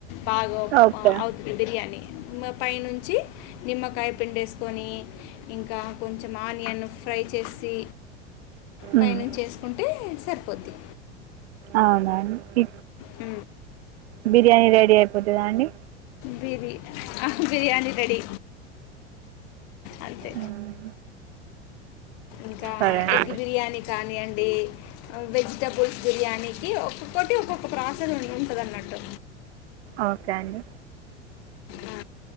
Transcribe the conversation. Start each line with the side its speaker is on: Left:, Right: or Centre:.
Left: బాగా
Right: ఓకే
Left: అవుతుంది బిర్యానీ పైనుంచి నిమ్మకాయ పిడిసుకొని ఇంకా కొంచెం ఆనియన్న ఫ్రై చేసి పైనుంచి
Right: ఉమ్,
Left: ఏసుకుంటే సరిపోద్ది
Right: అవునాఅండి
Left: మ్
Right: బిర్యానీ రెడీ అయిపోతుందా అండి
Left: బి బిర్యానీ రెడీ అంతే
Right: ఉమ్,
Left: ఇంకా
Right: సరే
Left: ఎగ్
Right: అండి
Left: బిర్యానీ కానీ బి అడి వెజిటబుల్స్ బిర్యానీకి ఒక్కొక్కటి ఒక్కొక్క ప్రాసెస్ ఉండి ఉంటుంది అన్నట్టు
Right: ఓకే అండి
Left: ఆ